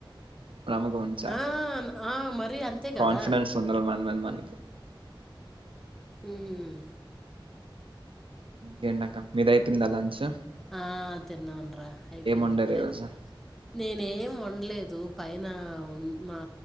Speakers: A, on the right; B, in the centre.
A: కాముగుంచాల్
B: ఆ, ఆ, మరి అంతే కదా
A: కాన్ఫిడెన్స్ ఉండాల మన మీద మనకి
B: ఊమ్
A: ఇంకేండక్క మీదైతుండలాన్ ఛా
B: ఆ తిన్నాన్రా అయిపోయింది
A: వండారు
B: ఇప్పుడే
A: ఈరోజు
B: నేనేం వన్ లేదు పైన మా